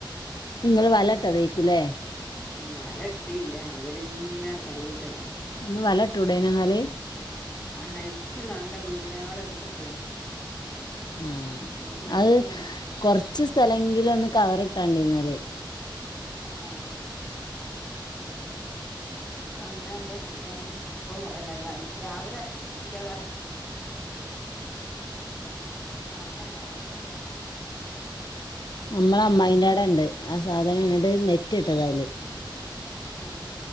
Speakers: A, on the left; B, on the left.
A: ഇങ്ങള് വലട്ടതേയ്‌ക്കൂലേ
B: ഉം വല ഇട്ടീല്ല ആവലിങ്ങനെ തള്ളിയിടലാണ്
A: ഒന്ന് വല ഇട്ടൂടേനോ ഇന്നാല്
B: ഹൈറ്റ് നല്ല വീടിനേങ്ങാട് ഉയരത്ത് പോയീന്
A: ആഹ്
B: നമ്മക്കെത്തൂല
A: അത് കൊറച്ച് സ്ഥലെങ്കിലും ഒന്ന് കവറിട്ടാണ്ടി എന്നാല്
B: ആഹ് അങ്ങനെന്തോ ചെയ്യാന്നാല് എപ്പഴും പറയല്ല നെൽത്ത് രാവിലെ ഇൻക്കതട് <inaudible> നെറയെണ്ടാവും മുറ്റത്ത്
A: നമ്മള അമ്മായിന്റെടെ ഇണ്ട് ആ സാധനം ന്നട്ട് നെറ്റ് ഇട്ടതായ്‌ല്
B: ആ